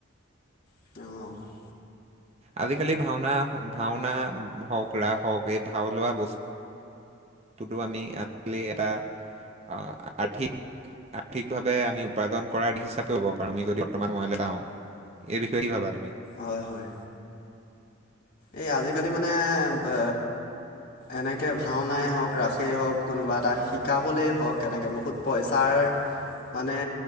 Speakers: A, on the left; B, on the right.
A: অ।
B: আজিকালি ভাওঁনা ভাওঁনা হওঁক ৰাস হওঁক এই ভাওঁ লোৱা বস্তু তদু আমি আজি এটা আহ আৰ্থিক। আৰ্থিকভাৱে আমি উপাৰ্জন কৰাাৰ দিশ হিচাপেও হ'ব পাৰোঁ আমি যদি বৰ্তমান সময়লৈ যাওঁ এই বিষয়ে কি ভাবা তুমি
A: হয় হয় এই আজিকালি মানে বে এনেকে ভাওনাই হওঁক ৰাসেই হওঁক কোনোবা এটা শিকাবলেই হওঁক কেনেকে বহুত পইছাৰ, মানে